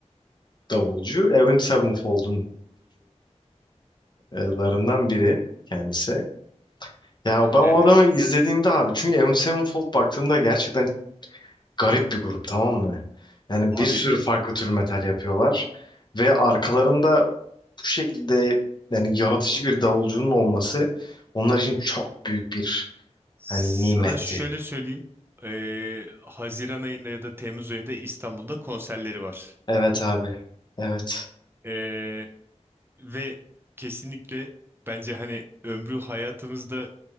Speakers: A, on the left; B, on the right.
A: davulcu. Avenged Sevenfold'un kurucularından biri kendisi. Ya ben o
B: Evet.
A: adamı izlediğimde abi çünkü Avenged Sevenfold baktığımda gerçekten garip bir grup tamam mı? Yani
B: Abi
A: bir sürü farklı tür metal yapıyorlar ve arkalarında bu şekilde yani yaratıcı bir davulcunun olması onlar için çok büyük bir
B: sana
A: hani nimetti.
B: şöyle söyleyeyim. Ee, Haziran ayında ya da Temmuz ayında İstanbul'da konserleri var.
A: Evet abi. Evet.
B: Ee, ve kesinlikle bence hani ömrü hayatımızda